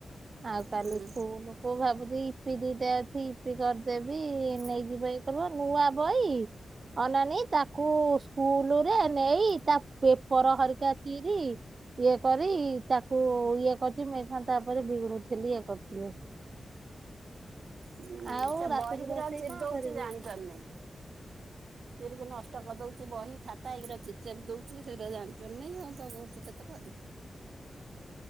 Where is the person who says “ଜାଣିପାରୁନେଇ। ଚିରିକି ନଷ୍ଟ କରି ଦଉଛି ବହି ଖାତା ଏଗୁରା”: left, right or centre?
Right